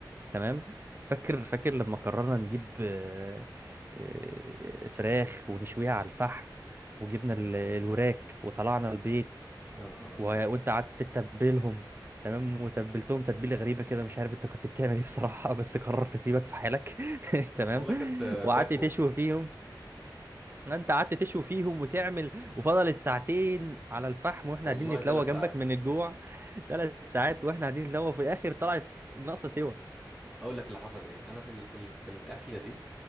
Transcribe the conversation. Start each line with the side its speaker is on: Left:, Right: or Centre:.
Right: تمام فاكر فاكر لما قررنا نجيب آه، آه، فراخ ونشويها على الفحم وجبنا ال- الوراك وطلعنا البيت
Centre: يا نهار ابيض
Right: و... وانت قعدت تتبلهم تمام وتبلتهم تتبيله غريبه كده مش عارف انت كنت بتعمل ايه بصراحه بس قررت اسيبك في حالك <laughs> تمام
Centre: والله كانت آه،
Right: وقعدت
Centre: باكو
Right: تشوي فيهم انت قعدت تشوي فيهم وتعمل وفضلت ساعتين على الفحم واحنا
Centre: والله
Right: قاعدين نتلوى
Centre: ثلاث
Right: جنبك
Centre: ساعات
Right: من الجوع ثلاث ساعات واحنا قاعدين نتلوى وفي الاخر طلعت ناقصه سوا
Centre: اقول لك اللي حصل ايه انا في ال... في ال... في الاكله دي